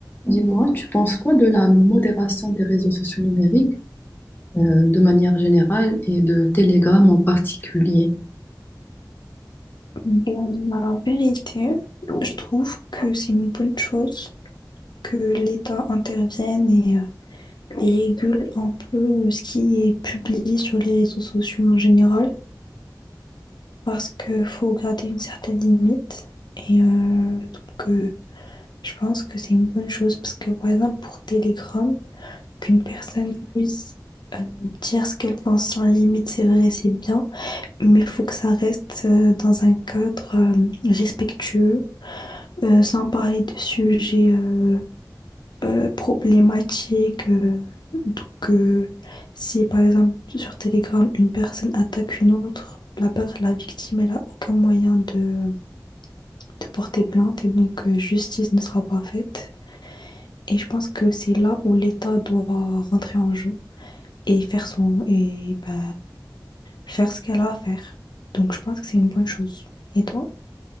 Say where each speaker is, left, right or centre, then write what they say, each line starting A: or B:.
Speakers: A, on the left (about 30°); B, on the left (about 75°).
A: Dis-moi, tu penses quoi de la modération des réseaux sociaux numériques euh, de manière générale et de Telegram en particulier?
B: Ben, La vérité, je trouve que c'est une bonne chose que l'État intervienne et, euh, et régule un peu euh, ce qui est publié sur les réseaux sociaux en général, parce qu'il faut garder une certaine limite. Et euh, donc, euh, je pense que c'est une bonne chose, parce que par exemple, pour Telegram, qu'une personne puisse euh, dire ce qu'elle pense sans limite, c'est vrai, c'est bien. Mais il faut que ça reste euh, dans un cadre euh, respectueux, euh, sans parler de sujets euh, euh, problématiques. euh. donc, euh, si par exemple sur Telegram, une personne attaque une autre, la, per- la victime, elle n'a aucun moyen de, de porter plainte et donc euh, justice ne sera pas faite. Et je pense que c'est là où l'État doit rentrer en jeu et faire son, et, bah, faire ce qu'elle a à faire. Donc, je pense que c'est une bonne chose. Et toi?